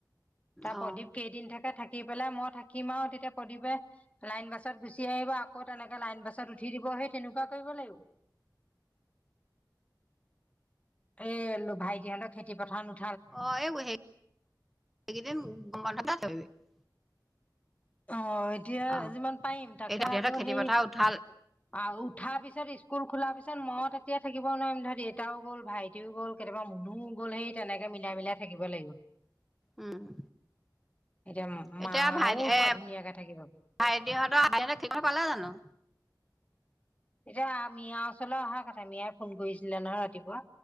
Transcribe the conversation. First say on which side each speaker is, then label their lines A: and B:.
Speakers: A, on the left (about 15°); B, in the centre.
A: তাৰ
B: অ',
A: প্ৰদীপ কেইদিন থাকে থাকিল দি পেলাই মই থাকিম আৰু তেতিয়া প্ৰদীপে লাইন বাছত গুচি আহিব আকৌ তেনেকে লাইন বাছত উঠি দিব। সেই তেনেকুৱা কৰিব লাগিব। এই ভাইটিহঁতৰ খেতিপথাৰ ন <unintelligible>
B: অ হেৰি এইকেইদিন <unintelligible>
A: অ এতিয়া
B: অ',
A: যিমান পাৰিম তাকে
B: এই তহঁতৰ
A: আকৌ
B: খেতি
A: সেই
B: পথাৰ
A: <inaudible>
B: উঠাল
A: আৰু উঠাৰ পিছত স্কুল খোলাৰ পিছত মই তেতিয়া থাকিব নোৱাৰিম ধৰ দেউতাও গ'ল ভাইটিও গ'ল কেতিয়াবা মুনোও গ'ল সেই তেনেকে মিলাই-মিলাই থাকিব লাগিব। <inaudible>
B: উম <inaudible>
A: এতিয়া মাও
B: এতিয়া ভাই এ
A: ক ধুনীয়াকে থাকিব। <inaudible>
B: ভাইটিহঁতৰ আহ পালে জানো?
A: তেতিয়া মিয়াৰ ওচৰলৈ অহা কথা মিয়াই ফোন কৰিছিলে নহয় ৰাতিপুৱা।